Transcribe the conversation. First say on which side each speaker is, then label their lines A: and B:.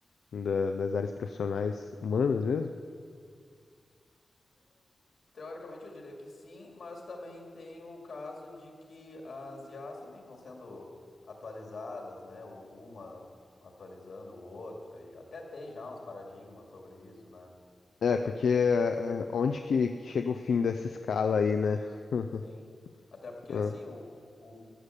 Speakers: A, on the left; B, on the left.
A: da- das áreas profissionais humanas mesmo?
B: Teoricamente eu diria que sim, mas também tem o caso de que as IAs também vão sendo atualizadas, né, ou uma atualizando o outra, e até tem já uns paradigmas sobre isso, né.
A: É, porque é, é, onde que que chega o fim dessa escala aí, né? <laughs>
B: Sim. Até porque
A: Ah,
B: assim, o, o,